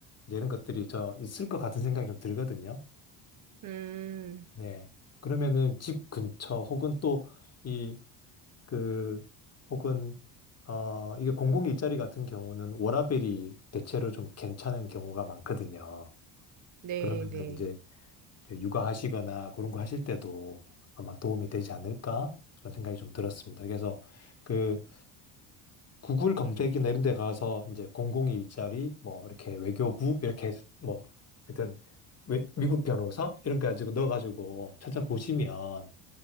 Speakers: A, on the left (about 35°); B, on the right (about 40°).
A: 이제 이런 것들이 저 있을 것 같은 생각이 좀 들거든요.
B: 음.
A: 네. 그러면은 집 근처 혹은 또 이, 그, 혹은 어, 이게 공공 일자리 같은 경우는 워라밸이 대체로 좀 괜찮은 경우가 많거든요.
B: 네,
A: 그러면은
B: 네.
A: 이제 이제 육아하시거나 그런 거 하실 때도 아마 도움이 되지 않을까? 그런 생각이 좀 들었습니다. 그래서 그 구글 검색이나 이런 데 가서 이제 002 일자리 뭐 이렇게 외교부 이렇게 해서 뭐 하여튼 외- 미국 변호사 이런 거 가지고 넣어가지고 찾아보시면